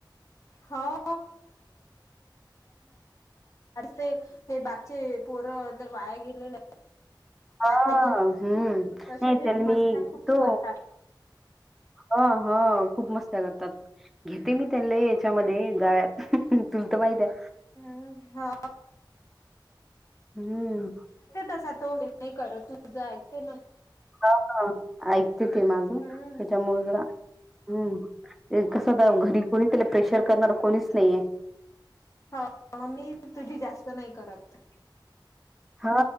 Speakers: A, on the left; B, in the centre.
A: त्या ते हे बागचे पोर वाया गेले नाही. वाया
B: हा हम्म
A: कसे
B: नाही
A: ते
B: चल मी
A: मस्त्या खूप
B: तो
A: करतात
B: हा हा खूप मस्त तात घेते मी त्यांले याच्यामध्ये जाळ्यात तुल तर माहित आहे.
A: हम्म हा
B: हम्म
A: तसा तो हे नाही करत. तुझ ऐकते ना...
B: हा हा ऐकते ते माझं
A: हम्म
B: त्याच्या मुळे हम्म, कस तर घरी कोणी त्याला प्रेशर करणार कोणीच नाहीये.
A: ह मग मी तुझी जास्त नाही करत.
B: हा